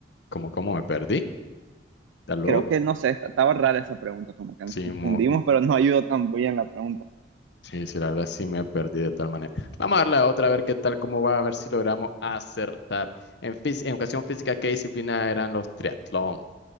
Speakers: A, on the left (about 60°); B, on the right (about 85°).
A: ¿cómo, cómo me perdí? ¿Aló?
B: creo que no sé, est- estaba rara esa pregunta, como que
A: Sí,
B: nos confundimos,
A: muy,
B: pero no ayudó tan bien la pregunta.
A: Sí, sí, la verdad sí me perdí de tal manera. Vamos a darle a otra, a ver qué tal, cómo va, a ver si logramos acertar. En, fis- en educación física, ¿qué disciplina eran los triatlón?